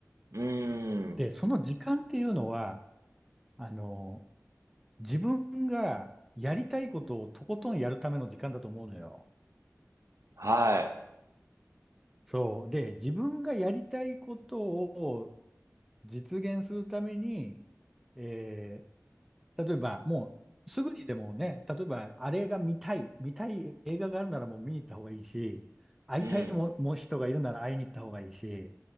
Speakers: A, on the right; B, in the centre.
A: うーん。
B: で、その時間っていうのは、あの、自分がやりたいことをとことんやるための時間だと思うのよ。
A: はい。
B: そう。で、自分がやりたいことを実現するために、えー例えば、もう、すぐにでもね、例えば、あれが見たい、見たい映画があるならもう見に行った方がいいし、会いたいも、
A: うん。
B: もう人がいるなら会いに行った方がいいし、